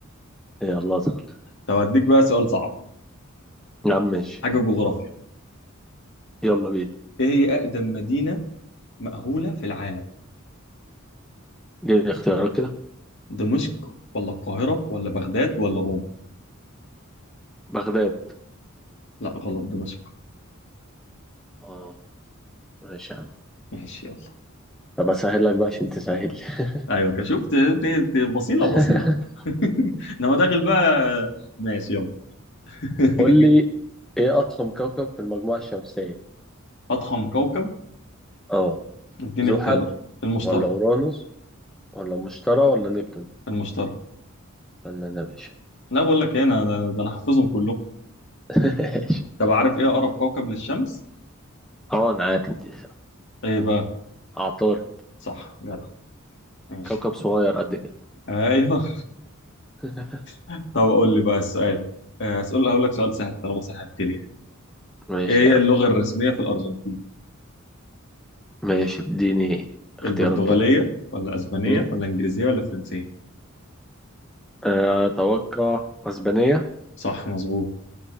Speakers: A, in the centre; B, on the left.
A: <laughs> يلا ادخل
B: طب اديك بقى سؤال صعب
A: يا عم ماشي
B: حاجة جغرافيا
A: يلا بينا
B: ايه هي اقدم مدينة مأهولة في العالم
A: دي الاختيارات كده
B: دمشق ولا القاهرة ولا بغداد ولا روما
A: بغداد
B: لا غلط دمشق
A: اه ماشي يا عم
B: ماشي يلا
A: طب اسهل لك بقى عشان تسهل لي
B: ايوه كده شفت ت- ت- بصيله
A: <laughs>
B: بصيله <laughs> انما داخل بقى ماشي يلا <laughs>
A: قول لي ايه اضخم كوكب في المجموعة الشمسية
B: اضخم كوكب
A: اه
B: اديني
A: زحل
B: اختيارات المشتري
A: ولا اورانوس ولا مشتري ولا نبتون
B: المشتري
A: فنان يا باشا
B: لا بقول لك ايه انا ده انا حافظهم كلهم
A: <laughs> ماشي.
B: طب عارف ايه اقرب كوكب للشمس
A: اه انا عارف دي
B: ايه بقى
A: عطار
B: صح جدع ماشي
A: كوكب صغير قد كده
B: ايوه
A: <laughs>
B: <laughs> طب اقول لي بقى السؤال آه، اسال هقول لك سؤال سهل طالما سهلت لي
A: ماشي
B: ايه
A: يا
B: هي
A: عم
B: اللغه الرسميه في الارجنتين
A: ماشي اديني اختيارات
B: البرتغاليه
A: كده
B: ولا اسبانيه
A: م?
B: ولا انجليزيه ولا فرنسيه
A: آه، اتوقع اسبانية
B: صح مظبوط